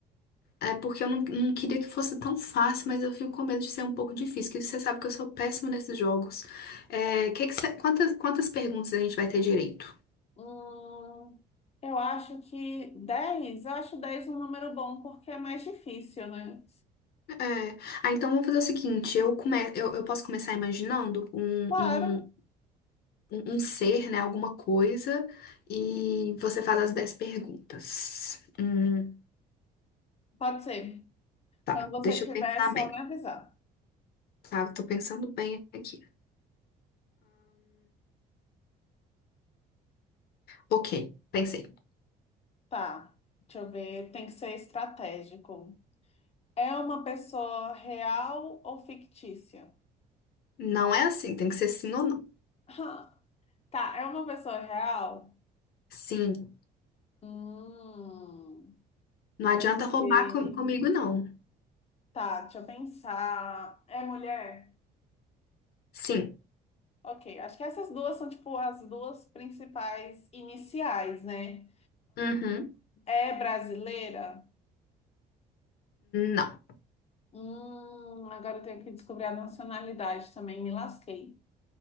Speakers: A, on the left (about 65°); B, on the left (about 40°).
A: É porque eu não, não queria que fosse tão fácil, mas eu fico com medo de ser um pouco difícil, que você sabe que eu sou péssima nesses jogos. É, que que você- quantas, quantas perguntas a gente vai ter direito?
B: Hum, eu acho que dez eu acho 10 um número bom porque é mais difícil, né?
A: É, ah, então vamos fazer o seguinte, eu, come, eu, eu posso começar imaginando um,
B: Claro,
A: um, um um ser, né, alguma coisa, e você faz as 10 perguntas. Hum,
B: pode ser.
A: tá,
B: Quando você
A: deixa
B: tiver,
A: eu pensar
B: é só
A: bem,
B: me avisar.
A: tá? Tô pensando bem aqui. Ok, pensei.
B: Tá, deixa eu ver, tem que ser estratégico. É uma pessoa real ou fictícia?
A: Não é assim, tem que ser sim ou não.
B: Ah, Tá, é uma pessoa real?
A: Sim.
B: Hum,
A: Não
B: deixa
A: adianta
B: eu
A: roubar
B: ver.
A: com- comigo, não.
B: Tá, deixa eu pensar. É mulher?
A: Sim.
B: Ok, acho que essas duas são, tipo, as duas principais iniciais, né?
A: Uhum.
B: É brasileira?
A: Não.
B: Hum, agora eu tenho que descobrir a nacionalidade também, me lasquei.